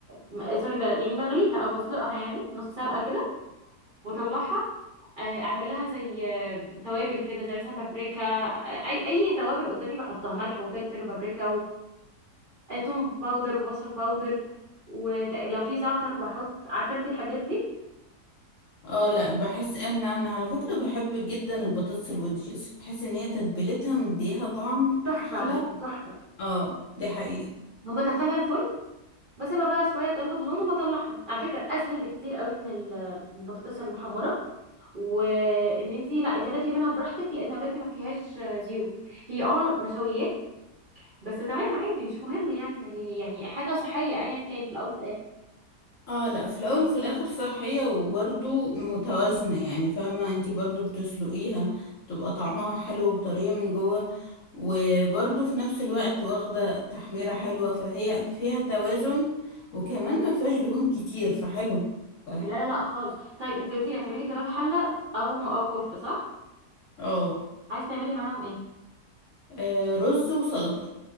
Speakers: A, on the right; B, on the left.
A: م- سوري بقى يعني بغليها او بسلقها يعني نص سلقه كده واطلعها آه، اعمل لها زي آه، توابل كده زي مثلا بابريكا آه، اي اي توابل قدامي بحطها ملح وفلفل وبابريكا وتوم باودر وبصل باودر ولو في زعتر بحط عارفه انت الحاجات دي
B: اه لا بحس ان انا على فكرة بحب جدا البطاطس الودجز بحس ان هي تتبيلتها مديها طعم
A: تحفه
B: احلى
A: على فكره تحفه
B: اه دي حقيقة
A: وبدخلها الفرن بسيبها بقى شويه تاخد لون وبطلعها على فكره اسهل بكتير قوي من ال- من البطاطس المحمره وان انتي لا انتي هتاكلي منها براحتك لان اوريدي ما فيهاش آه، زيوت هي اه نشويات بس تمام عادي مش مهم يعني هي يعني حاجه صحيه ايا كان في الاول في الاخر
B: اه لا في الاول وفي الاخر صحية وبرضو متوازنة يعني فاهمة انتي برضو بتسلقيها بتبقى طعمها حلو وطرية من جوه وبرضو في نفس الوقت واخدة تحميرة حلوة فهي فيها توازن وكمان ما فيهاش دهون كتير فحلوة فاهم
A: لا لا لا خالص طيب انتي قلتي لي هتعملي كباب حله او او كفته صح
B: اه
A: عايز تعملي معاهم ايه
B: آه، رز وسلطة